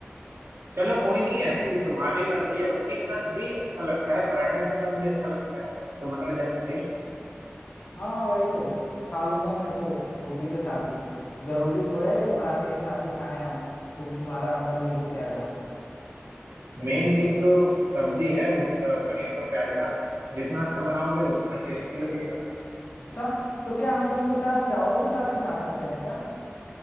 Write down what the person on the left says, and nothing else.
हाँ वही तो खा लूंगा मैं तो रोटी के साथ ही जरूरी थोड़ा है कि पराठे के साथ ही खाएं हम तो तुम्हारा पनीर दो प्याजा
अच्छा तो क्या हम उसके साथ चावल के साथ भी खा सकते हैं क्या